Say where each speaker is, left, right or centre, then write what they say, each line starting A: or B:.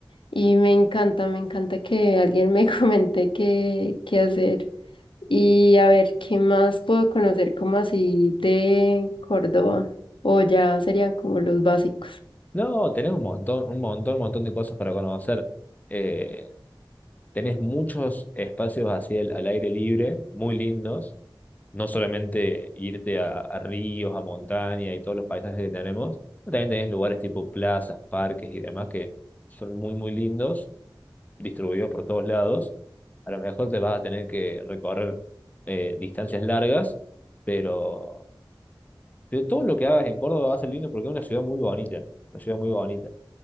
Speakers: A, on the left (about 80°); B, on the left (about 20°).
A: y me encanta, me encanta que alguien me <laughs> comente qué, qué hacer. Y a ver, ¿qué más puedo conocer como así de Córdoba? O ya serían como los básicos.
B: No, tenés un montón, un montón, un montón de cosas para conocer. Eh, Tenés muchos espacios así al, al aire libre, muy lindos. No solamente irte a, a ríos, a montaña y todos los paisajes que tenemos, pero también tenés lugares tipo plazas, parques y demás que son muy, muy lindos, distribuidos por todos lados. A lo mejor te vas a tener que recorrer eh, distancias largas, pero, pero todo lo que hagas en Córdoba va a ser lindo porque es una ciudad muy bonita, una ciudad muy bonita.